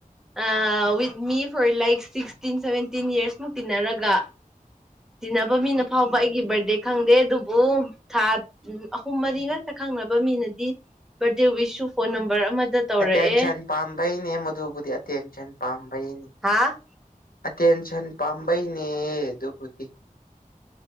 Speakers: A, in the centre; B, on the left.
A: uh with me for like sixteen seventeen ꯌꯔꯁꯃꯨꯛ ꯇꯤꯟꯅꯔꯒ ꯇꯤꯟꯅꯕ ꯃꯤꯅ ꯐꯥꯎꯕ ꯑꯩꯒꯤ ꯕꯥꯔꯗꯦ ꯈꯪꯗꯦ ꯑꯗꯨꯕꯨ ꯊꯥ ꯎꯝ ꯑꯍꯨꯝ ꯃꯔꯤ ꯉꯥꯛꯇ ꯈꯪꯅꯕ ꯃꯤꯅꯗꯤ ꯕꯥꯔꯗꯦ ꯋꯤꯁꯁꯨ ꯐꯣꯟ ꯅꯝꯕꯔ ꯑꯃꯗ ꯇꯧꯔꯛꯑꯦ
B: ꯑꯦꯇꯦꯟꯁꯟ ꯄꯥꯝꯕꯩꯅꯦ ꯃꯗꯨꯕꯨꯗꯤ ꯑꯇꯦꯟꯁꯟ ꯄꯥꯝꯕꯩꯅꯤ꯫
A: ꯍꯥꯥ
B: ꯑꯇꯦꯟꯁꯟ ꯄꯥꯝꯕꯩꯅꯦ ꯑꯗꯨꯕꯨꯗꯤ꯫